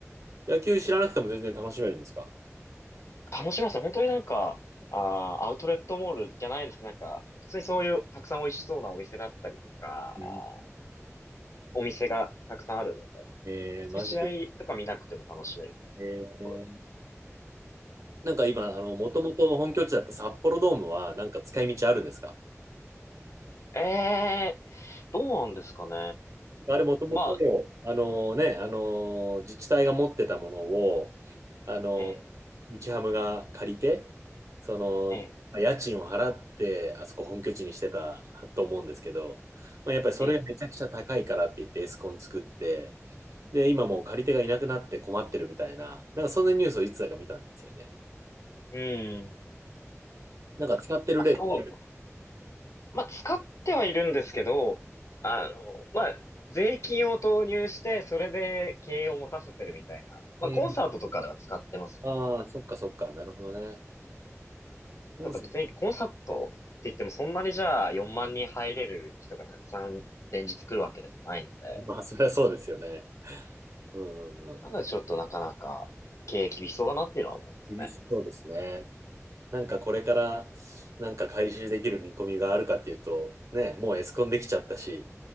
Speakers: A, on the right (about 75°); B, on the left (about 70°).
A: 野球知らなくても全然楽しめるんですか
B: 楽しみますね。本当になんか、あーアウトレットモールじゃないですけど、なんか、普通にそういうたくさん美味しそうなお店だったりとか、
A: うん
B: あーお店がたくさんあるので、
A: えー、
B: 普通に試合とか見なくても楽しめるみたい
A: マジで。えー、
B: な。
A: なんか今、あの、もともと本拠地だった札幌ドームは、なんか使い道あるんですか
B: ええーどうなんですかね。
A: あれもともと、
B: まあ、
A: あのね、あの、自治体が持ってたものを、あの、
B: ええ、
A: 日ハムが借りて、その、
B: ええ、
A: まあ、家賃を払って、あそこ本拠地にしてたと思うんですけど、まあ、やっぱりそれがめちゃくちゃ高いからって言ってエスコン作って、
B: ええ。
A: で、今もう借り手がいなくなって困ってるみたいな、
B: うん。
A: なんかそんなニュースをいつだか見たんですよね。
B: うん
A: なんか使ってる例ってある。
B: まあ、そう、まあ、使ってはいるんですけど、あの、まあ、税金を投入して、それで経営を持たせてるみたいな。まあ、
A: うん
B: コンサートとかでは使ってますね。
A: ああ、そっかそっか、なるほどね。本社
B: ただ別にコンサートって言ってもそんなにじゃあ4万人入れる人がたくさん連日来るわけでもないので、
A: まあ、そりゃそうですよね。うんうんうん。
B: まだちょっとなかなか経営厳しそうだなっていうのは思いますね。
A: 厳しそうですね。なんかこれからなんか回収できる見込みがあるかっていうと、ね、もうエスコンできちゃったし、